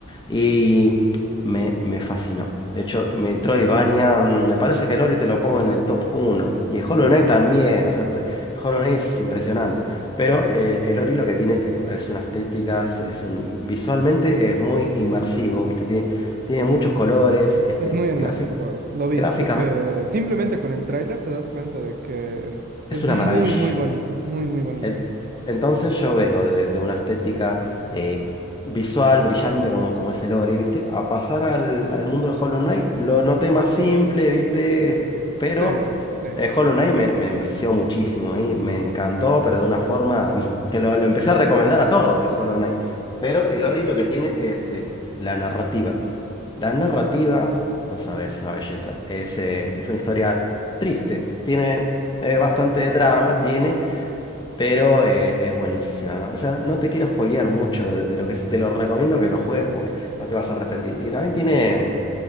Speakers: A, on the left; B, on the right.
A: Y me, me fascinó. De hecho, Metroidvania, mm, me parece que el Ori te lo pongo en el top uno Y el Hollow Knight también. O sea, este- Hollow Knight es impresionante. Pero el, el Ori lo que tiene es que co- es unas estéticas, es un, visualmente es muy inmersivo, ¿viste? Tiene, tiene muchos colores, este,
B: Es muy hermoso
A: gráfic-
B: el juego. Lo vi.
A: gráficamente.
B: Es que simplemente con el tráiler te das cuenta de que es
A: Es una
B: muy,
A: maravilla.
B: muy bonito. Muy, muy bonito.
A: En- Entonces yo vengo de, de una estética eh, visual, brillante, como, como es el Ori, ¿viste? A pasar al, al mundo de Hollow Knight, lo noté más simple, ¿viste? Pero
B: Sí, sí.
A: eh, Hollow Knight me, me envició muchísimo y me encantó, pero de una forma <laughs> que lo, lo empecé a recomendar a todos de Hollow Knight. Pero el Ori lo que tiene es eh, la narrativa. La narrativa, no sabes, es una belleza. Es, eh, es una historia triste, tiene eh, bastante drama, tiene... Pero eh, es buenísima, ¿no? O sea, no te quiero spoilear mucho de, de lo que es. Te lo recomiendo que lo juegues porque no te vas a arrepentir. Y también tiene,